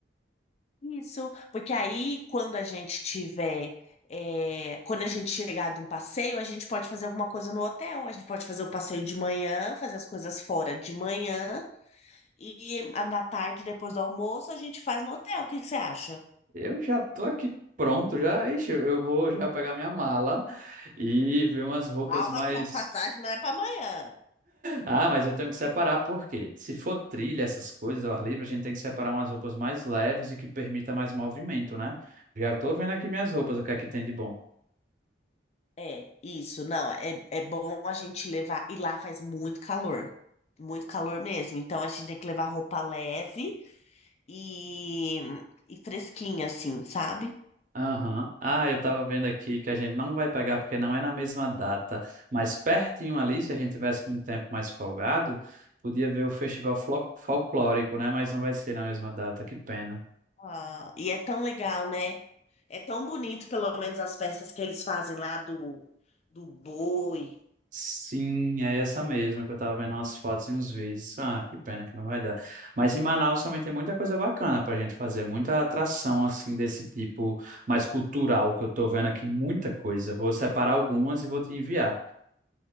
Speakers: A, on the left (about 35°); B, on the right (about 45°).
A: isso, porque aí, quando a gente tiver. é, quando a gente chegar de um passeio, a gente pode fazer alguma coisa no hotel. A gente pode fazer o passeio de manhã, fazer as coisas fora de manhã. E à- na tarde, depois do almoço, a gente faz no hotel. O que que você acha?
B: Eu já tô aqui pronto, já. Ixi, eu eu vou já pegar minha mala e ver umas roupas
A: Calma,
B: mais.
A: que a passagem não é para amanhã.
B: Ah, mas eu tenho que separar, porque se for trilha, essas coisas, ao ar livre, a gente tem que separar umas roupas mais leves e que permita mais movimento, né? Já tô vendo aqui minhas roupas, o que é que tem de bom.
A: É, isso, não, é, é bom a gente levar, e lá faz muito calor, muito calor mesmo, então a gente tem que levar roupa leve e, e fresquinha, assim, sabe?
B: Aham. Ah, eu tava vendo aqui que a gente não vai pegar porque não é na mesma data, mas pertinho
A: Hum.
B: ali, se a gente tivesse com um tempo mais folgado, podia ver o festival flo- folclórico, né? Mas não vai ser na mesma data, que pena.
A: Ah, e é tão legal, né? É tão bonito, pelo menos, as festas que eles fazem lá do, do boi,
B: Sim, é essa mesma que eu tava vendo umas fotos e uns vídeos. Ah, que pena que não vai dar. Mas em Manaus também tem muita coisa bacana pra gente fazer, muita atração assim desse tipo mais cultural que eu tô vendo aqui, muita coisa. Vou separar algumas e vou te enviar.